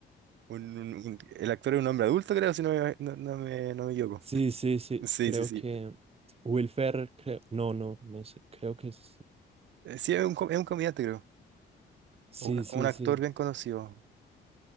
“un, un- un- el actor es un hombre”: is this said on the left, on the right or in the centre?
Right